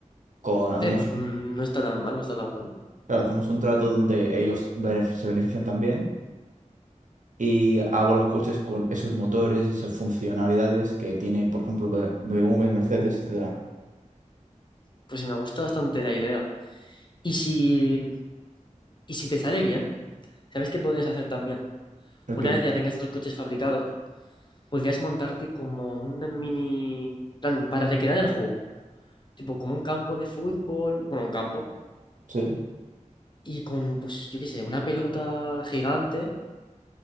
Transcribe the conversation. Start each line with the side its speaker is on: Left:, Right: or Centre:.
Right: con, hacemos
Left: Eh, pues mm, no está tan mal, no está tan mal.
Right: Claro, hacemos un trato donde ellos bene- se benefician también y hago los coches con esos motores, esas funcionalidades que tiene, por ejemplo, B- BMW, Mercedes, etcétera.
Left: Pues me gusta bastante la idea. Y si, y si te sale bien, ¿sabes qué podrías hacer también?
Right: ¿Por
Left: Una
Right: qué?
Left: vez ya tengas los coches fabricados, podrías montarte como una mini, plan, para recrear el juego, tipo como un campo de fútbol, bueno, un campo,
Right: Sí,
Left: y con, pues, yo qué sé, una pelota gigante,